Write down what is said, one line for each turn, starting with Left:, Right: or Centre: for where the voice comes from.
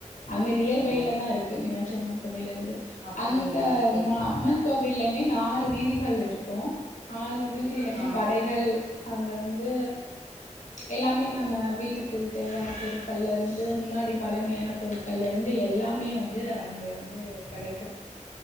Left: அங்க நியர் பைலதா
Right: ஓ சரி
Left: இருக்கு
Right: சரி
Left: மீனாட்சி அம்மன் கோவில்லிருந்து
Right: அப்படிங்களா
Left: அங்க
Right: சரி
Left: ம
Right: சரி.
Left: அம்மன்க் கோவில்லைமே நாலு வீதிகள் இருக்கு நாலு வீதிகள்லைமே
Right: ஆ
Left: கடைகள் அங்க வந்து எல்லாமே நம்ம வீட்டுக்கு டு தேவையான பொருட்கள்லருந்து மின்னாடி பழமியான பொருட்கள்லருந்து எல்லாமே வந்து அங்க வந்து கடைக்கு.